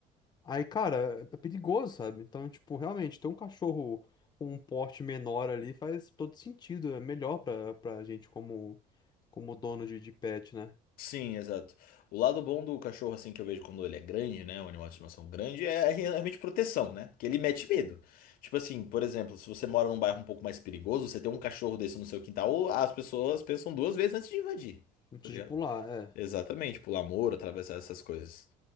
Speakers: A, on the left; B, on the left.
A: Aí, cara, é perigoso, sabe? Então, tipo, realmente, ter um cachorro com um porte menor ali faz todo sentido. É melhor pra, pra gente como, como dono de, de pet, né?
B: Sim, exato. O lado bom do cachorro, assim, que eu vejo quando ele é grande, né? Um animal de estimação grande, é realmente proteção, né? Porque ele mete medo. Tipo assim, por exemplo, se você mora num bairro um pouco mais perigoso, você tem um cachorro desse no seu quintal, as pessoas pensam duas vezes antes de invadir.
A: Antes
B: Tá ligado?
A: de pular, é.
B: Exatamente, pular muro, atravessar essas coisas.